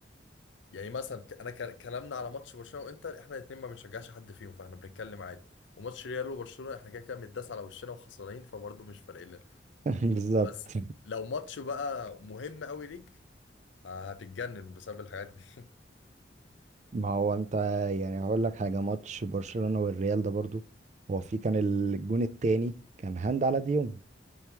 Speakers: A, on the left; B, on the right.
A: يعني مثلا ك- انا ك- كلامنا على ماتش برشلونة وانتر احنا الاثنين ما بنشجعش حد فيهم فاحنا بنتكلم عادي وماتش ريال وبرشلونة احنا كده كده متداس على وشنا وخسرانين فبرضه مش فارق لنا
B: <laughs> بالظبط
A: بس لو ماتش بقى مهم قوي ليك آه، هتتجنن بسبب الحاجات دي <laughs>
B: ما هو انت يعني هقول لك حاجه ماتش برشلونه والريال ده برضو هو في كان الجون التاني كان هاند على ديونج